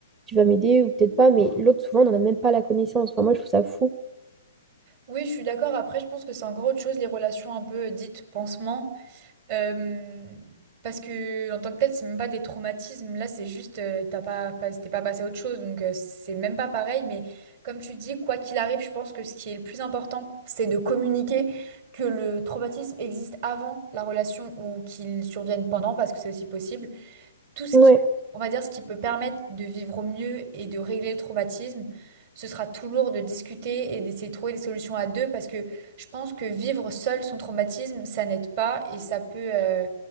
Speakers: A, on the right; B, on the right.
A: tu vas m'aider ou peut-être pas, mais l'autre, souvent, on n'en a même pas la connaissance. Enfin, moi, je trouve ça fou.
B: Oui, je suis d'accord. Après, je pense que c'est encore autre chose, les relations un peu dites pansement. Euh, Parce que en tant que tel, c'est même pas des traumatismes. Là, c'est juste, euh, t'as pas, pas- t'es pas passé à autre chose, donc euh, c'est même pas pareil. Mais comme tu dis, quoi qu'il arrive, je pense que ce qui est le plus important, c'est de communiquer que le traumatisme existe avant la relation ou qu'il survienne pendant, parce que c'est aussi possible. tout ce
A: Ouais,
B: qui, on va dire, ce qui peut permettre de vivre au mieux et de régler le traumatisme, ce sera toujours de discuter et d'essayer de trouver des solutions à deux parce que je pense que vivre seul son traumatisme, ça n'aide pas et ça peut, euh,